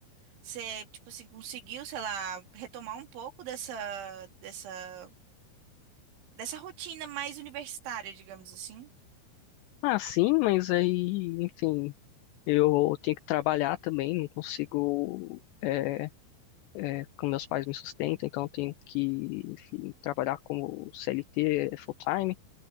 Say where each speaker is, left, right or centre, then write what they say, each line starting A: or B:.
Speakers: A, on the right; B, on the left.
A: você, tipo assim, conseguiu, sei lá, retomar um pouco dessa, dessa, dessa rotina mais universitária, digamos assim?
B: Ah, sim, mas aí, enfim, eu tenho que trabalhar também, não consigo. É, é, como meus pais me sustentam, então eu tenho que, enfim, trabalhar como CLT full-time,